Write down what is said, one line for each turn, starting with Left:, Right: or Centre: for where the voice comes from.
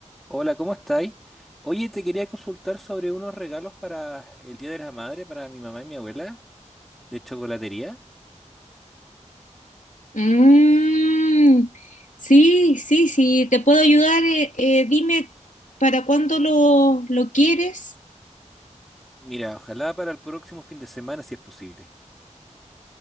Centre: Hola, ¿cómo estáis? Oye, te quería consultar sobre unos regalos para el Día de la Madre, para mi mamá y mi abuela, de chocolatería.
Left: Mm, sí, sí, sí, te puedo ayudar. eh, eh, dime para cuándo lo, lo quieres.
Centre: Mira, ojalá para el próximo fin de semana, si es posible.